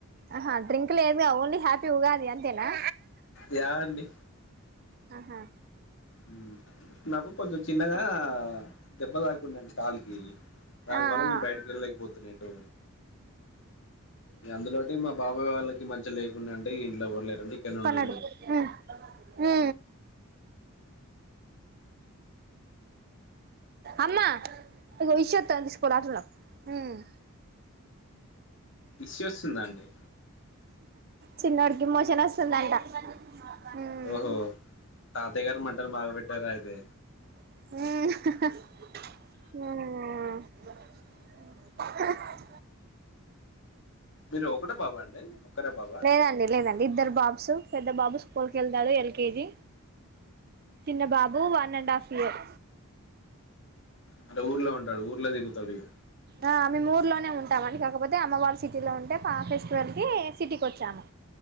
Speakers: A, on the right; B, on the left.
A: అహ డ్రింక్ లేదుగా ఓన్లీ హ్యాపీ ఉగాది అంతేనా
B: యా అండి.
A: ఆహా
B: హ్మ్ నాకు కొంచెం చిన్నగా దెబ్బ తా కుందండి కాల్కి దానివల్ల
A: ఆ ఆ
B: నే బయటకెళ్ళేకపోతున్నా ఎటూ అందులోటి మా బాబాయ్ వాళ్ళకి మంచి లేకుండా అంటే ఇంట్లోలేరండీ ఇక్కన్నే
A: ఉ హూ అమ్మా ఇగో ఈ షట్ <unintelligible> మ్
B: మిస్సి వస్తుందా అండి.
A: చిన్నోడ్కి మోషన్ వస్తుందంట. ఉమ్
B: ఓహో తాతయ్య గారు మంటలు బాగా పెట్టారా అయితే
A: ఉ ఊ
B: మీరు ఒకటే బాబ అండి ఒక్కరే బాబా
A: లేదండి లేదండి ఇద్దరు బాబ్సు పెద్ద బాబు స్కూల్కి ఎళ్తాడు ఎల్కేజీ చిన్న బాబు వన్ అండ్ హాఫ్ ఇయర్
B: అంటే ఊర్లో ఉంటాడు ఊర్లో తిరుగుతాడు ఇగ
A: ఆ మేము ఊర్లోనే ఉంటామ్ అండి కాకపోతే అమ్మవాళ్లు సిటీలో ఉంటే పా ఫెస్టివల్ కి సిటీకి ఓచ్చాము